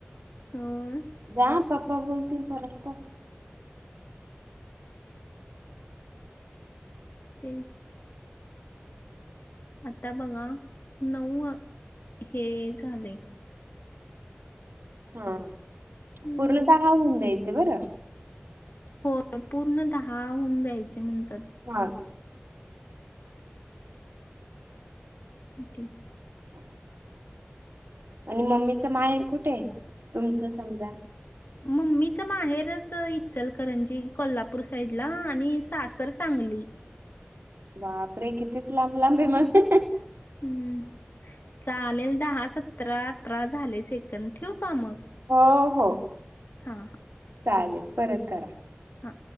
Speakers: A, on the left; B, on the right.
A: अस.
B: जा पप्पा बोलतील. परत कर.
A: तेच. आता बघा. नऊ हे झालय.
B: हा.
A: हम्म
B: पूर्ण दहा होऊन द्यायचे बरं.
A: होय. पूर्ण दहा हुन द्यायचे म्हणतात.
B: हा.
A: ते.
B: <inaudible> आणि मम्मीच माहेर कुठे? तुमचं समजा.
A: मम्मीच माहेरच इचलकरंजी कोल्हापूर साईडला आणि सासर सांगली.
B: बापरे, कितीच लांब लांब आहे मग.
A: हम्म, चालेल दहा सतरा, अठरा झाले सेकंद ठेवू का मग?
B: हो हो.
A: हां.
B: चालेल. परत करा.
A: हा.